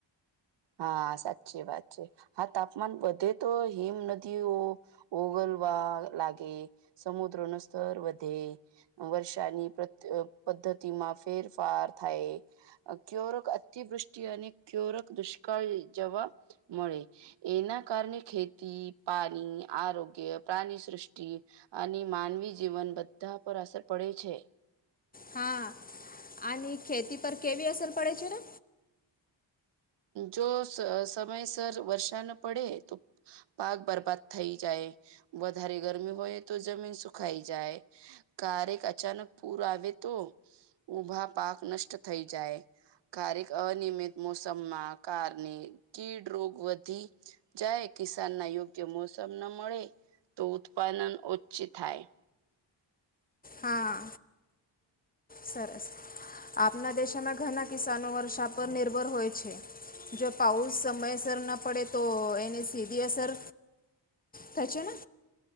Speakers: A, on the right; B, on the left.
A: હા સાચી વાત છે હા તાપમાન વધે તો હિમ નદીઓ ઓગલવા આ લાગે સમુદ્ર નો સ્તર વધે વર્ષાની પ પદ્ધતિ પદ્ધતિ માં ફેરફાર થાય ક્યોરક અતિવૃષ્ટિ અને કયોરક દુષ કળ જોવા મળે એના કારણે ખેતી પાની આરોગ્ય પાની સૃષ્ટિ અને માનવી જીવન બધા પર અસર પડે છે
B: હા અને ખેતી પર કેવી અસર પડે છે ને
A: જો સમયસર વર્ષા ન પડે તો પાક બરબાદ થઈ જાય વધારે ગરમી હોય તો જમીન સુખાઈ જાય કારેક અચાનક પૂર આવે તો ઉભા પાક નષ્ટ થઈ જાય કારક અનિયમિત મોસમમાં કારણે કીડ રોગ વધી જાય કિસાનના યોગ્ય મો ના મળે તો ઉત્પાદન ઓછી થાય
B: હા, સરસ. આપના દેશામાં ઘણા કિસાનો વર્ષા પર નિર્ભર હોય છે. જો પાઉસ સમયસર ના પડે તો એની સીધી અસર થાય છે ને?